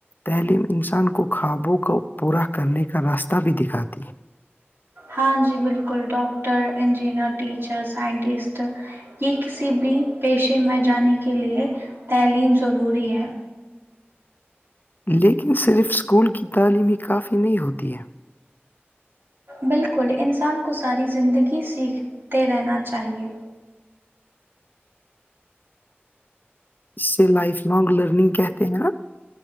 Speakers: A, on the left; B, on the right.
A: تعلیم انسان کو خوابوں کو پورا کرنے کا راستہ بھی دکھاتی ہے
B: ہاں جی بالکل ڈاکٹر انجنئر ٹیچر سائنٹسٹ یہ کسی بھی پیشے میں جانے کے لیے تعلیم ضروری ہے
A: لیکن صرف اسکول کی تعلیم ہی کافی نہیں ہوتی ہے
B: بالکل انسان کو ساری زندگی سیکھتے رہنا چاہیے
A: اس سے لائف لانگ لرننگ کہتے ہیں نا